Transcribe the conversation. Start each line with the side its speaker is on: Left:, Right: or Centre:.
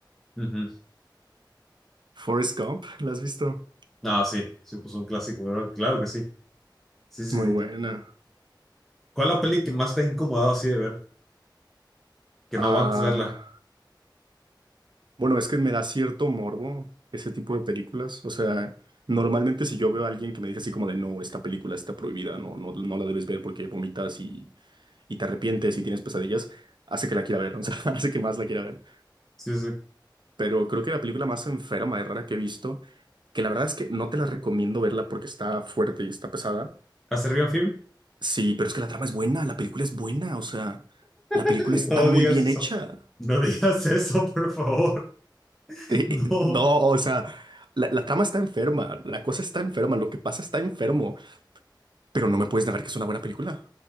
Centre: Ujú.
Right: Forrest Gump, ¿la has visto?
Centre: No, sí, sí, pues un clásico, ¿verdad? Claro que sí. Sí, sí,
Right: Muy
Centre: sí.
Right: buena.
Centre: ¿Cuál es la peli que más te ha incomodado así de ver? Que
Right: Ah,
Centre: no aguantas verla.
Right: bueno, es que me da cierto morbo ese tipo de películas. O sea, normalmente si yo veo a alguien que me dice así como de no, esta película está prohibida, no, no, no la debes ver porque vomitas y, y te arrepientes y tienes pesadillas, hace que la quiera ver, o sea, <laughs> hace que más la quiera ver.
Centre: Sí, sí.
Right: Pero creo que la película más enferma y rara que he visto, que la verdad es que no te la recomiendo verla porque está fuerte y está pesada.
Centre: ¿A Serbian Film?
Right: Sí, pero es que la trama es buena, la película es buena, o sea, la película
Centre: <laughs>
Right: está
Centre: No
Right: muy
Centre: digas
Right: bien
Centre: eso.
Right: hecha.
Centre: No digas eso, por favor. <laughs>
Right: Eh,
Centre: No,
Right: eh, <laughs> no, o sea, la, la trama está enferma, la cosa está enferma, lo que pasa está enfermo, pero no me puedes negar que es una buena película.